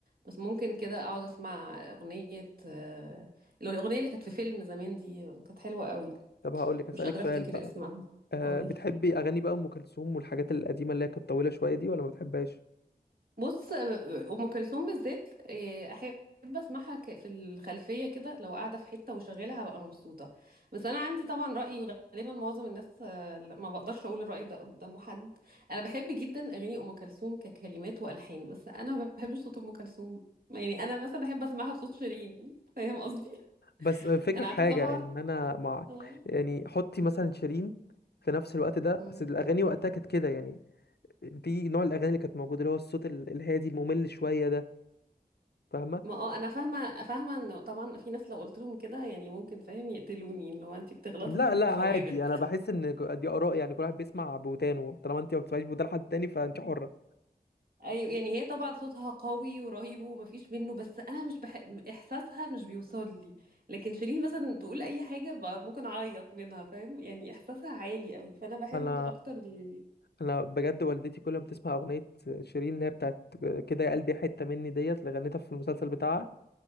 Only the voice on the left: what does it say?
طب هقول لك اسالك
سؤال
بقى
أه
بتحبي اغاني بقى ام كلثوم والحاجات القديمه اللي هي كانت طويله شويه دي ولا ما بتحبهاش
بس الفكرة
في
حاجة
ان انا مع
يعني حطي مثلا شيرين في نفس الوقت ده
اصل الاغاني وقتها كانت كده يعني دي نوع الاغاني اللي كانت موجودة اللي هو الصوت ال- الهادي الممل شوية ده فاهمة
لا
لا عادي انا بحس ان دي اراء يعني كل واحد بيسمع بودانه طالما انت ما بتسمعيش بودان حد تاني فانت حرة
انا
انا بجد والدتي كل ما بتسمع اغنية شيرين اللي هي بتاعت كده يا قلبي حتة مني ديت اللي غنتها في المسلسل بتاعها